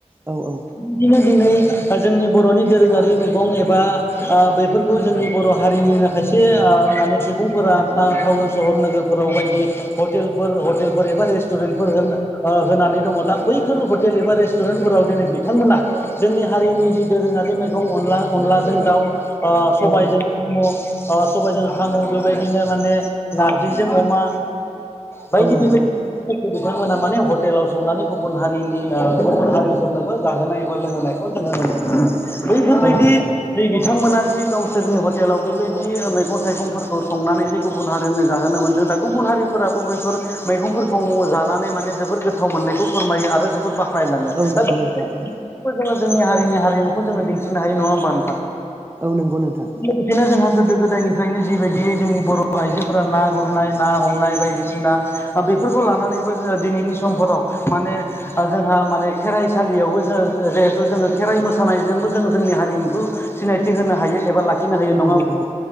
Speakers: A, on the right; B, on the left.
A: औ औ
B: बिदिनो दिनै जोंनि बर'नि दोरोङारि मैगं एबा बेफोरखौ जोंनि बर' हारिनि खायसे आ माने सुबुंफोरा बा टाउन सहर नोगोरफोराव बायदि हतेलफोर हतेलफोर एबा रेस्टुरेन्टफोर ओ होनानै दङ दा बैफोर हटेल एबा रेस्टु रेसट'रेन्टफोराव दिनै बिथांमोना जोंनि हारिनि जि दोरोङारि मैगं अनला अनलाजों दाउ ओ सबायजों
A: औ औ
B: स सबायजों साम' बेबायदिनो माने नारजिजों अमा बायदि
A: औ नंगौ
B: बेबायदिफोरखौ
A: नोंथां
B: बिथांमोना माने हटेलाव संनानै गुबुन हारिनि ओ गुबुन हारिफोरनोबो जाहोनाय एबा लोंहोनायखौ जोङो नुनो मोनो बैफोरबायदि
A: औ औ
B: जै बिथांमोना जे गावसोरनि हटेलाव बैबायदि मैगं थाइगंफोरखौ संनानै जे गुबुन हारिनि जाहोनो मोनदों दा गुबुन हारिफोराबो बैफोर मैगंफोरखौ जानानै माने जोबोर गो गोथाव मोननायखौ फोरमायो आरो जोबोद बाख्नायलाङो
A: औ
B: दा
A: नंगौ
B: खौ
A: नोंथां औ
B: जोङो जोंनि हारिनि हारिमुखौ जोङो दिन्थिनो हायो नङा होमबा नोंथां
A: औ नंगौ नोंथां
B: लोगोसेनो जोंहा गोदो गोदायनिफ्रायनो जिबायदियै जोंनि बर' आइजोफोरा ना गुरनाय ना हमनाय बायदिसिना अ बेफोरखौ लानानैबो जोङो दिनैनि समफोराव माने ओ जोंहा माने खेराइसालियावबो जो जिहेथु जोङो खेराइ मोसानायजोंबो जोङो जोंनि हारिमुखौ सिनायथि होनो हायो एबा लाखिनो हायो
A: औ
B: नङा
A: नंगौ नंगौ